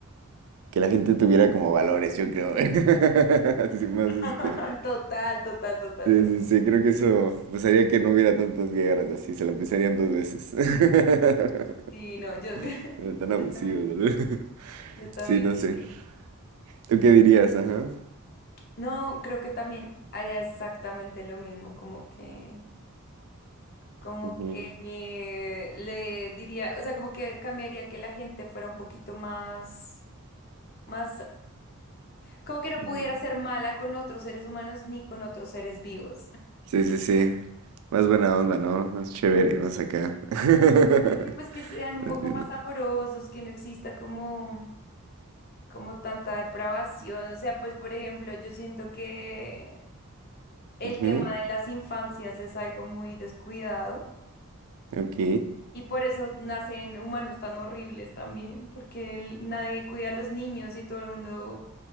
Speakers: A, on the right (about 80°); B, on the left (about 45°).
A: que la gente tuviera como valores, yo creo. <laughs> Así más,
B: <laughs>
A: este
B: Total, total, total,
A: Sí,
B: total.
A: sí, sí, creo que eso pasaría que no hubiera tantas guerras así, se la empezarían dos veces. <laughs>
B: Sí, no, yo, <laughs>
A: Pero Tan abusivos,
B: yo también,
A: ¿verdad? <laughs>
B: yo también
A: Sí, no sé.
B: creo que...
A: ¿Tú qué dirías? Ajá.
B: No, creo que también haría exactamente lo mismo, como que, como
A: Ujú,
B: que eh, le diría, o sea, como que cambiaría que la gente fuera un poquito más, más, como que no
A: ujú.
B: pudiera ser mala con otros seres humanos ni con otros seres vivos.
A: Sí, sí, sí. Más buena onda, ¿no? Más chévere, más acá. <laughs>
B: Y pues que sean un
A: Entiendo.
B: poco más amorosos, que no exista como, como tanta depravación. O sea, pues por ejemplo, yo siento que el
A: Ujú,
B: tema de las infancias es algo muy descuidado
A: Ok.
B: y por eso nacen humanos tan horribles también, porque el- nadie cuida a los niños y todo el mundo